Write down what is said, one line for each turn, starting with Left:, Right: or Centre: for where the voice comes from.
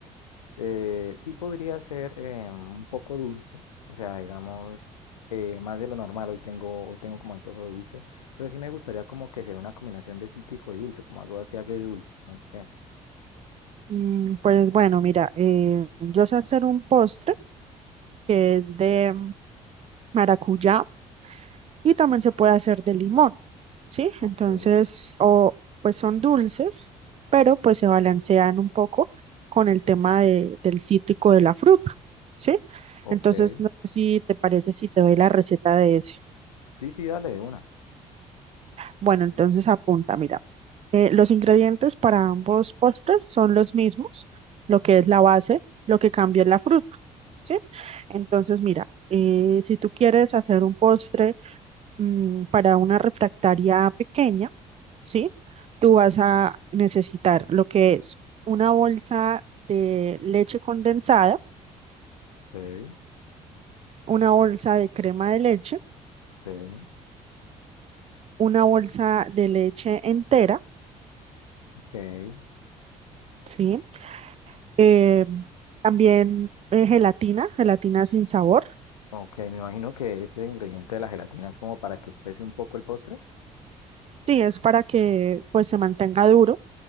Left: Eh, sí podría ser eh, un poco dulce, o sea, digamos, eh, más de lo normal, hoy tengo, hoy tengo como antojo de dulce, pero sí me gustaría como que sea una combinación de cítrico y dulce, como algo así agridulce, dulce, no sé.
Right: Mm, Pues bueno, mira, eh, yo sé hacer un postre que es de maracuyá y también se puede hacer de limón. ¿sí?
Left: Ok,
Right: Entonces, o pues son dulces, pero pues se balancean un poco con el tema de- del cítrico de la fruta, ¿sí?
Left: ok.
Right: Entonces, no sé si te parece si te doy la receta de ese.
Left: Sí, sí, dale de una.
Right: Bueno, entonces apunta, mira. Eh, los ingredientes para ambos postres son los mismos, lo que es la base, lo que cambia es la fruta, ¿sí? Entonces, mira, eh, si tú quieres hacer un postre mm, para una refractaria pequeña, ¿sí? Tú vas a necesitar lo que es una bolsa de leche condensada,
Left: Ok,
Right: una bolsa de crema de leche,
Left: ok,
Right: una bolsa de leche entera,
Left: ok.
Right: ¿sí? eh, también eh, gelatina, gelatina sin sabor.
Left: Ok, me imagino que este ingrediente de la gelatina es como para que especie un poco el postre.
Right: Sí, es para que pues se mantenga duro,